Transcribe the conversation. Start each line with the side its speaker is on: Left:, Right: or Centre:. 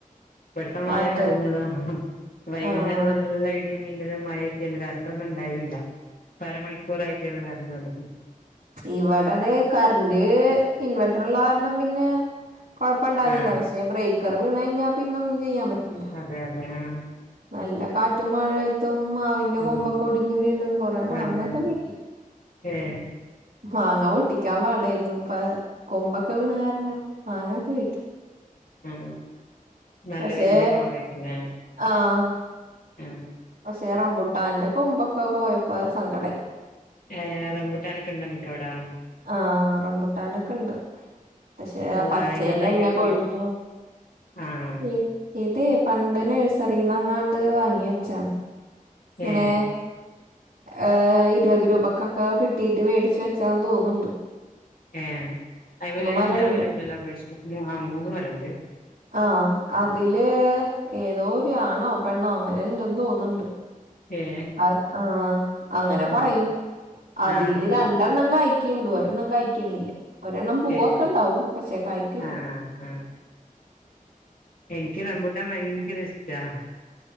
Left: ഇവട്ത്തെ മഴ
Right: കാറ്റ
Left: കഴിഞ്ഞതാ. വൈകുന്നേരം
Right: ആഹ്
Left: നല്ല ഇ ടിം, മിന്നലും മഴൊക്കെനി. കര്ണ്ടൊന്നുണ്ടായില്ല. ഇപ്പര മണിക്കൂറായിട്ടേള്ളൂ കറണ്ട് വന്ന്ട്ട്.
Right: ഇവടെതെ കറ്ന്റ് ഇൻവേറ്റ്റ്ള്ള കാരണം പിന്നെ കൊഴപ്പണ്ടായിന്നില്ല.
Left: ആഹ്
Right: പക്ഷെ ബ്രേക്കറ് വീണ ഴിഞ്ഞാ പിന്നൊന്നും ചെയ്യാൻ പറ്റൂല്ല.
Left: അതെ യതെ ആഹ്.
Right: നല്ല കാറ്റും മഴയ ത്തും മാവിൻ്റെ
Left: ഉം
Right: കൊമ്പൊക്കൊ ഒടിഞ്ഞ് വീണ് കൊറെ മാങ്ങൊക്കെ
Left: അതെ
Right: കിട്ടി.
Left: ഏ
Right: മാങ്ങ പൊട്ടിക്കാൻ പാടായിരുന്നു. പ്പൊ കൊമ്പൊക്കെ വീണ കാരണം മാങ്ങൊക്കെ കിട്ടി.
Left: ഉം നല്ല
Right: പക്ഷേ
Left: വെല്യ മാവായിരിക്കുല്ലേ.
Right: ആഹ്.
Left: ഉം
Right: പക്ഷേ റംമ്പുട്ടാന്റെ കൊമ്പൊക്കെ പോയപ്പോ സങ്കടായി.
Left: ഏഹ് റംബുട്ടാനൊക്കെണ്ടൊ ങ്ങക്ക് വടാ?
Right: ആഹ് റംമ്പുട്ടാനൊക്കെണ്ട് പക്ഷെ
Left: അള്ളാ
Right: ആ പച്ചേലെന്നെ
Left: അയിന്റെ തയ്യൊക്കെ
Right: കൊഴിഞ്ഞു.
Left: പോയി ആഹ്
Right: ഉം ഇത് പണ്ട് നഴ്സറിന്നങ്ങാണ്ട് വാങ്ങി വെച്ചാണ്. എങ്ങനെ?
Left: ഏ
Right: ഏഹ് ഇരുപത് രൂപക്കൊക്കെ കിട്ടിട്ട് വേടിച്ച വെച്ചാന്ന് തോന്ന്ണ്ട്.
Left: ഏഹ് അയ്മല്ണ്ടാവല്
Right: മരണ്ട്
Left: ണ്ടല്ലാ പ്രാശ്യും മു ആ ഹ് മൂന്ന് മരണ്ട്.
Right: ആഹ്
Left: ആഹ്
Right: അതില് ഏതോ ഒരു ആണോ പെണ്ണോ അങ്ങനെ ണ്ടെന്ന് തോന്ന്ണ്ട്.
Left: ഏ
Right: അത് ആഹ് അങ്ങനെ പറയും
Left: ആഹ്
Right: അതില്
Left: ആഹ് ആഹ്
Right: രണ്ടെണ്ണം കായി ക്ക് ണ്ട് ഒരെണ്ണം കയ്ക്ക്ണില്ല ഒരെണ്ണം പൂവൊക്കെണ്ടാവും
Left: ഏ
Right: പക്ഷേ കായ്ക്ക്ല.
Left: ആഹ് ആഹ് എനിക്ക് റംമ്പൂട്ടാൻ ഭയങ്കരിഷ്ടാ.